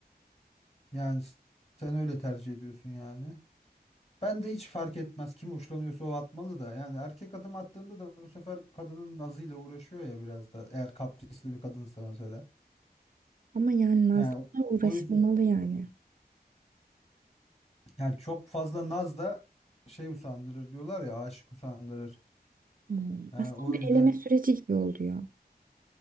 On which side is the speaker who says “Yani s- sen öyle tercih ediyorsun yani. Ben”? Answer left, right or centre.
Left